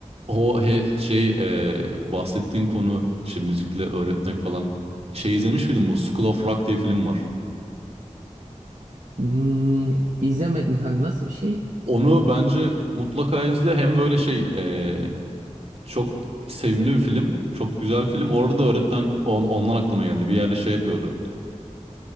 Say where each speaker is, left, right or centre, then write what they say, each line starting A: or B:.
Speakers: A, on the right (about 55°); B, on the right (about 70°).
A: O he, şey e, bahsettiğin konu işte müzikle öğretmek falan. Şey izlemiş miydin bu? School of Rock diye film var.
B: Hmm, izlemedim kanka nasıl bir şey?
A: Onu bence mutlaka izle. Hem böyle şey e, çok sevimli bir film. Çok güzel film. Orada da öğretmen on, ondan aklıma geldi. Bir yerde şey yapıyordu.